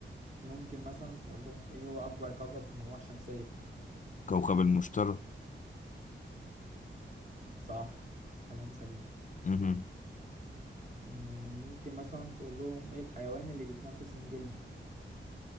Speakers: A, on the right (about 40°); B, on the left (about 40°).
A: ممكن مثلا تقول لهم ايه هو اكبر كوكب في المجموعة الشمسية
B: كوكب المشتري
A: صح كلام سليم
B: مهم.
A: مم، ممكن مثلا تقول لهم ايه الحيوان اللي بيتنفس من جلده